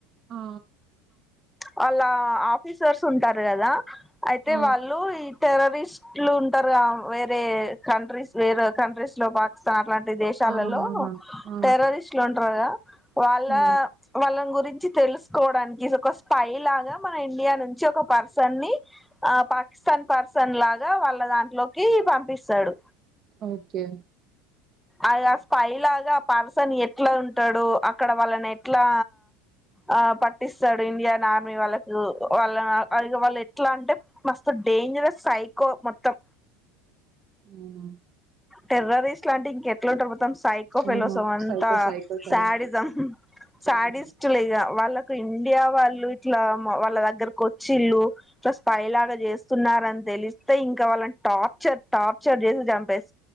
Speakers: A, on the right; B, in the centre.
A: ఆ
B: వాళ్ళ ఆఫీసర్స్ ఉంటారు గదా అయితే
A: ఆ!
B: వాళ్ళు ఈ టెరరిస్ట్లు ఉంటారుగా వేరే కంట్రీస్ వేరే కంట్రీస్ లో పాకిస్తాన్ అట్లాంటి పె దేశాలల్లో
A: ఆ! అవునా! ఆ!
B: టెర్రరిస్ట్లు ఉంటారుగాదా వాళ్ళ
A: ఆ!
B: వాళ్ళన్ గురించి తెలుసుకోవడానికి ఇది ఒక స్పై లాగా మన ఇండియా నుంచి ఒక పర్సన్ ని ఆ పాకిస్తాన్ పర్సన్ లాగా వాళ్ళ దాంట్ల లోకి పంపిస్తాడు
A: ఓకే
B: అద స్పై లాగా ఆ పర్సన్ ఎట్ల ఉంటాడు అక్కడ వాళ్ళన్ ఎట్లా ఆ పక్ ఇండియన్ ఆర్మీ వాళ్ళకు వాళ్ళనగ్ అల్ ఇగ వాళ్ళు ఎట్లాంటే మస్తు డేంజేరస్ సైకో మొత్తం
A: అవునా!
B: టెర్రరిస్ట్లు లంటే ఇంకేట్లుంటారు మొ మొత్తం సైకోఫెలోస్
A: అవునవును.
B: అంతా
A: సైకో సైకో సైకో.
B: శాడిజం సాడిస్ట్
A: హ్మ్.
B: లిగా వాళ్ళక్ ఇండియా వాళ్ళు ఇట్లా మా వాళ్ళ దగ్గరకోచ్చిళ్ళు ఇట్ల స్పై లాగా చేస్తున్నారన్ తె లిస్తే ఇంకా వాళ్ళన్ టార్చర్ టార్చర్ చేసి చంపేస్